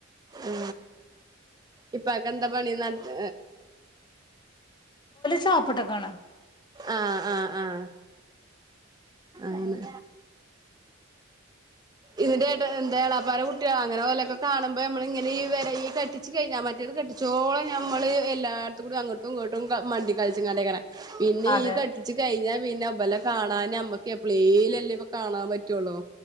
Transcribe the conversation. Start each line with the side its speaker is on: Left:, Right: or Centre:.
Right: ഉ ഇപ്പൊക്കെ എന്താ പണി നാട്ടി
Left: സാപ്പിട്ട കാണ
Right: ആഹ ആഹ ആഹ അങ്ങനെ ഇതിന്റെ എടന്റെ ഏളാപ്പാര കുട്ടിയാ അങ്ങനെ ഓലൊക്കെ കാണുമ്പോ നമ്മള ഇങ്ങനെ ഈ വില ഈ കെട്ടിച്ച് കഴിഞ്ഞാ മറ്റേതു അടിച്ചോളം ഞമ്മള് എല്ലായിടത്തും കൂടി അങ്ങോട്ടും ഇങ്ങോട്ടും മണ്ടി കളിച്ചും കണ്ടക്കനെ പിന്നെ
Left: അതെ
Right: ഈ കെട്ടിച്ചു കഴിഞ്ഞാ പിന്നെ പെല കാണാന് നമ്മക്ക് എപ്ളീലല്ലേ ഇപ്പൊ കാണാൻ പറ്റുള്ളോ